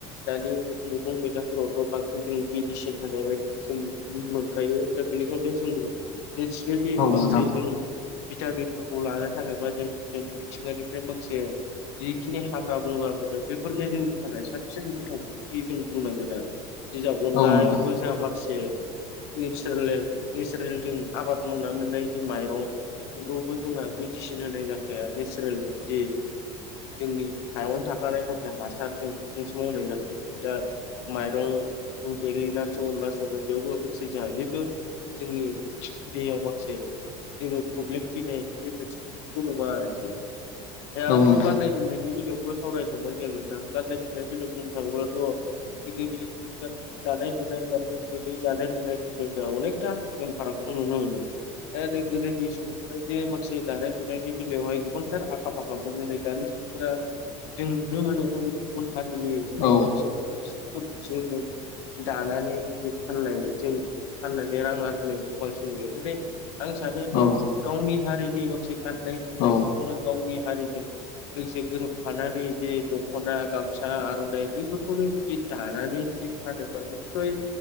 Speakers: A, on the left; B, on the left.
A: दानि मैगं मैलाफोरावथ' बांसिन जों मेडिसिन होनाय बायदिखौ जों नुनो मोनखायो। दा बेनिखायनो जों नेचारेलि
B: औ
A: माखासे
B: नोंथां
A: जों भिटामिनफोरखौ लानो थाखायबा जों जों मिथिंगानिफ्राय माखासे जिखिनि हाग्रा बंग्रा मोनो बेफोरनो जोंनि थाखाय साबसिन गोथाव ओंख्रि जों बुंनांगोन आरो। जिजाव अनलायावबो
B: औ नोंथां
A: जोंहा माखासे नेचारेल नेचारेल जों आबाद मावनानै मोननाय जि माइरं बेफोरावबो जोंहा मेडिसिन होनाय जाखाया नेचारेल जि जोंनि हायावनो थाखानाय माखासे हासार जों बेफोरजों समावनाय जाखायो दा माइरंखौ देग्लिनानैसो अनला संड़ो बेयावबो माखासे जोंहा जेबो जोंनि देहायाव माखासे जेबो प्रब्लेम फैनाय बेबायदि ओंख्रि नङा आरोखि
B: औ
A: आरोबाव
B: नोंथां
A: गाननाय जोमनायनि बेलायावबो सावरायदोंमोन जों नोंथां गाननाय जोमनायनि बेलायाव बुंनो थाङोब्लाथ' गोदोनि गान दानाय लुनाय आरो जोंनि दानाय लुनाय अनेकथा फारागखौ नुनो मोनो। दा नै गोदोनि सु सुबुंफोरा जे माखासे दानाय लुनायनि बेलायावहाय गोबांथार आखा फाखा मोन नै दानि सुबुंफोरा जों नुनो मोनो गुबुन हारिनि माने
B: औ
A: बांसिन जिफोरखौसो नुनो मोनो। दानानै जि फाननाय जों फाननानै रां आरजिनाय बेखौ बांसिन नुयोे। आं सानो जे
B: औ
A: गावनि हारिनि माखासे गाननाय जोमनायफोरखौनो
B: औ
A: गावनि हारिजों लोगोसे गोरोबफानानै बिदि दख'ना गामसा आर'नाइ बैफोरखौनो बिदि दानानै बिदि फानोबा निससय